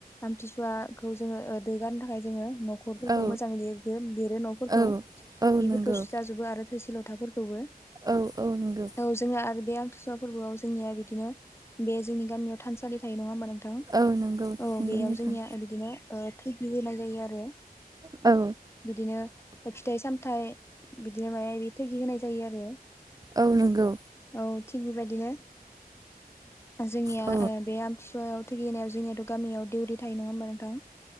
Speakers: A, on the left (about 15°); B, on the right (about 25°).
A: आमथिसुवाखौ जोङो दोगारनो थाखाय जोङो न'ख खरफोरखौ
B: औ
A: मोजाङै ल लिरो न'फोरखौ
B: औ
A: बेफोरखौसो
B: औ नंगौ
A: जाजोबो आरो थोरसि लथाफोरखौबो
B: औ औ नंगौ।
A: औ जोंना आरो बे आमथुसुवा फोरबोआव जोंनिया बिदिनो बे जोंनि गामियाव थानसालि थायो नङा होनबा
B: औ नंगौ
A: औ
B: नंगौ
A: बेयाव
B: नोंथां
A: जोंनिया बिदिनो थैगि होनाय जायो आरो।
B: औ
A: बिदिनो फिथाइ सामथाइ बिदिनो माबा माबि थैगि होनाय जायो आरो।
B: औ नंगौ।
A: औ थिग बेबायदिनो जोंनिया
B: औ
A: बे आमथिसुवायाव, थगिनायाव जोंनियाथ' गामियाव दिडिउरि थायो नङा होमबा नोंथां